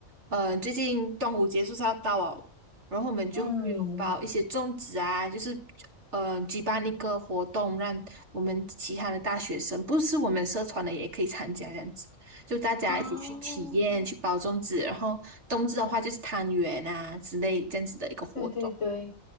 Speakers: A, on the right; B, on the left.
A: 呃，最近端午节就是要到哦，然后我们就会有包一些粽子啊，
B: 嗯。
A: 就是呃举办一个活动，让我们其他的大学生，不是我们社团的也可以参加这样子，就大家一起去体验，
B: 哦，
A: 去包粽子，然后冬至的话就是汤圆啊之类这样子的一个活动。
B: 对对对，